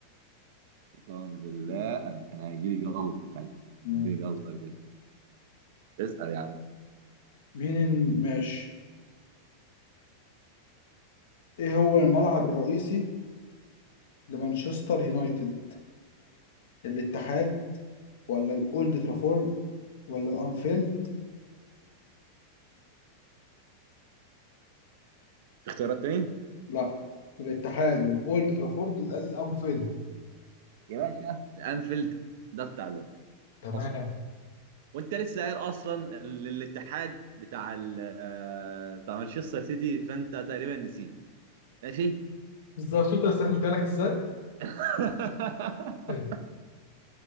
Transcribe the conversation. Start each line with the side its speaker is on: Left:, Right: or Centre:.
Right: قسما بالله انا كان هيجيلي جلطه ساعتها كان
Left: مم.
Right: هيجيلي جلطه بجد اسال يا عم
Left: مين ال... ماشي ايه هو الملعب الرئيسي لمانشستر يونايتد الاتحاد ولا الاولد ترافورد ولا الانفيلد
Right: في اختيارات تاني
Left: لا الاتحاد والاولد ترافورد يبقى الانفيلد
Right: يا باشا الانفيلد ده بتاع لو
Left: تمام
Right: اصلا وانت لسه قايل اصلا ال- الاتحاد بتاع ال آه، بتاع مانشستر سيتي فانت تقريبا نسيت ماشي
Left: بالظبط شفت أنا سهلتها لك إزاي؟
Right: <laughs>
Left: فاهم.